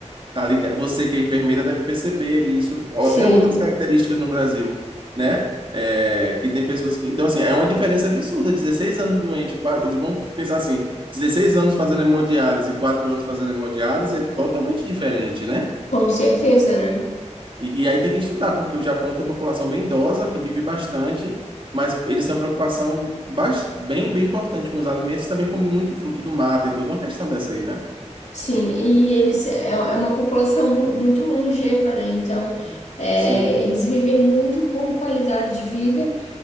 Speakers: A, on the right (about 45°); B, on the left (about 70°).
A: tá ligado. Você que é enfermeira deve perceber isso, ou
B: sim,
A: até outras características no Brasil, né? É, que tem pessoas que. Então, assim, é uma diferença absurda. 16 anos doente, quase, vamos pensar assim, 16 anos fazendo hemodiálise e 4 anos fazendo hemodiálise é totalmente diferente, né?
B: com certeza, né?
A: E, e aí tem que estudar, porque o Japão tem uma população bem idosa, que vive bastante, mas eles têm uma preocupação bas- bem, bem importante com os alimentos, também comem muito fruto do mar, tem toda uma questão dessa aí, né?
B: Sim, e eles é, é uma população mu- muito longeva, né? Então, é,
A: Sim.
B: eles vivem muito com qualidade de vida